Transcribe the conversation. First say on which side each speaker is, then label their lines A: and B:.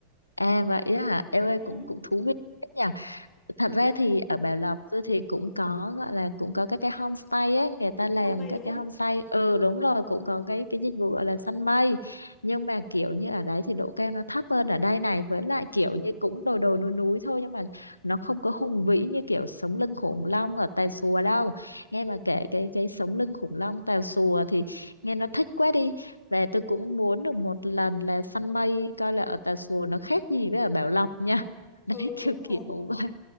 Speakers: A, on the left; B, on the left.
A: à vậy á hả em ơi
B: ừ,
A: cũng cũng thú vị nhỉ thật ra
B: đúng
A: thì
B: rồi.
A: ở Bảo Lộc tôi thì cũng có gọi là cũng có các cái homestay ấy người ta
B: cũng
A: làm
B: săn mây
A: các
B: đúng
A: cái
B: không
A: homestay ừ đúng rồi cũng có cái cái dịch vụ gọi là săn mây nhưng mà kiểu như ở đấy thì độ cao nó thấp hơn ở đây này với lại kiểu như cũng đồi đồi núi núi thôi nhưng mà nó không có hùng vĩ như kiểu sống lưng khủng long ở Tà Xùa đâu nghe bà kể cái cái sống lưng khủng long Tà Xùa thì nghe nó thích quá đi và tôi cũng muốn được một lần là săn mây coi là ở Tà Xùa nó khác gì với ở Bảo Lộc nha <laughs> đấy
B: ừ
A: kiểu
B: đúng
A: kiểu
B: rồi
A: vậy